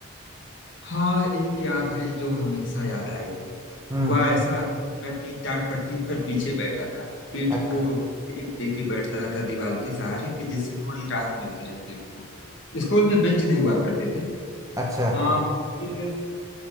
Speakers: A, on the left; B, on the right.
A: हाँ एक याद है जो हमेशा याद आएगी
B: हम्म
A: हुआ ऐसा कि मैं अपनी टाट पट्टी पर पीछे बैठा था पीठ
B: अच्छा
A: को टेक दे के बैठता था दीवार के सहारे कि जिससे थोड़ी राहत मिलती रहे पीठ को स्कूल में बेंच नहीं हुआ करते थे
B: अच्छा
A: आ, वो